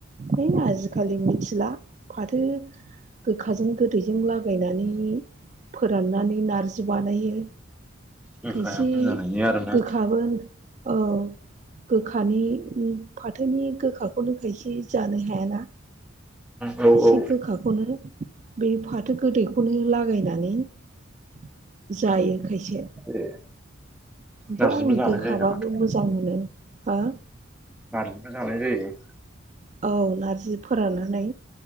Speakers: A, on the right; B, in the centre.
A: है आजिखालि मिथिला। फाथो गोखाजों गोदैजों लागायनानै फोराननानै नार्जि बानायो।
B: गोखाया
A: खायसे
B: खम जानायनि आरोना
A: गोखाबोन औ। गोखानि फाथोनि गोखाखौनो खायसे जानो हायाना।
B: औ
A: एसे
B: औ
A: गोखाखौनो बे फाथो गोदैखौनो लागायना नानै जायो खायसे
B: ए
A: खिन्थ'
B: नारजिबो
A: आं
B: जानाय
A: गोखाबाबो
B: जायो नामा
A: मोजां मोनो हा
B: नारजिफ्राय जानाय जायो।
A: औ नारजि फोराननानै